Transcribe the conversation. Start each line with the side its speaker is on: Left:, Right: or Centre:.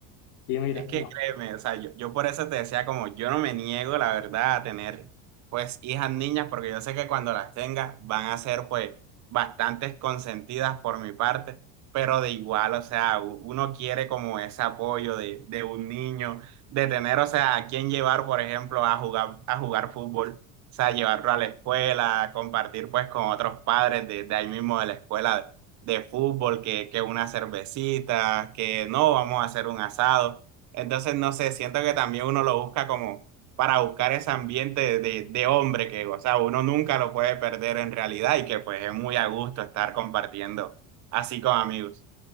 Left: Y mira,
Right: Es que
Left: y no-
Right: créeme, o sea, yo, yo por eso te decía como yo no me niego, la verdad, a tener pues hijas niñas, porque yo sé que cuando las tenga van a ser pues bastantes consentidas por mi parte, pero de igual, o sea, u- uno quiere como ese apoyo de, de un niño, de tener, o sea, a quién llevar, por ejemplo, a jugar, a jugar fútbol, o sea, llevarlo a la escuela, compartir pues con otros padres de, de ahí mismo de la escuela de, de fútbol, que, que una cervecita, que no, vamos a hacer un asado. Entonces, no sé, siento que también uno lo busca como para buscar ese ambiente de, de- hombre que, o sea, uno nunca lo puede perder en realidad y que pues es muy a gusto estar compartiendo así con amigos.